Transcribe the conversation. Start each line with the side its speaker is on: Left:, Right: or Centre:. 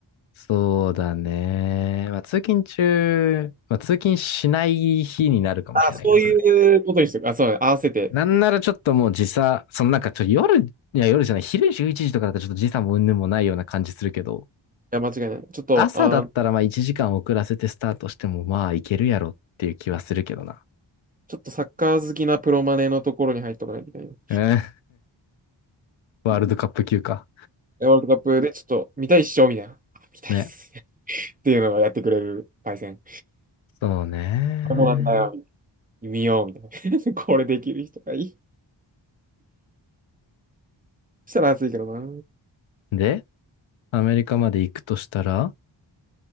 Left: そうだね。まあ、通勤中、まあ、通勤しない日になるかもしれないけど、
Right: あ、そういうことにしてるあ、
Left: それ。
Right: そうだね、合わせて。
Left: なんならちょっともう時差、そのなんかちょっと夜、いや夜じゃない、昼11時とかだとちょっと時差も云々もないような感じするけど、
Right: いや、間違いない。ちょっと、
Left: 朝だったらまあ1時間遅らせてスタートしてもまあいけるやろっていう気はするけどな。
Right: あー、ちょっとサッカー好きなプロマネのところに入っとかないといけない。
Left: えー、ワールドカップ級か。
Right: でワールドカップでちょっと見たいっしょみたいな。あ見たいっす。
Left: ね。
Right: <laughs> っていうのをやってくれるパイセン。
Left: そうね。
Right: そうなんだよ。見ようみたいな。<laughs> これできる人がいい。そしたら熱いけどな。
Left: で、アメリカまで行くとしたら